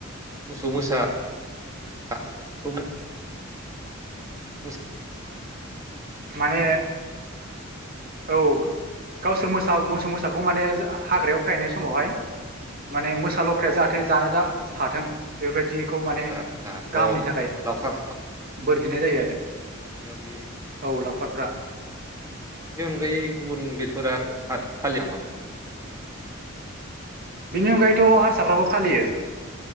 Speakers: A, on the right; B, on the right.
A: मोसौ मोसा <unintelligible> मोस
B: माने औ गावसोर मोसा मोसौ मोसाखौ माने जा आ हाग्रायाव खायैनाय समावहाय माने मोसा लख्राया जाथे जानो दा हाथों बेफोरबायदि खौ
A: आदसा
B: माने
A: आदसा अ
B: गाहामनि थाखाय
A: लावखार
B: बोर बिनाय जायो आरो
A: दा बि
B: औ लावखारफ्रा
A: नि अनगायै गुबुन बेलगफोरा फालिया नामा बेखौ?
B: बिनि अनगायैथ' हारसाफ्राबो फालियो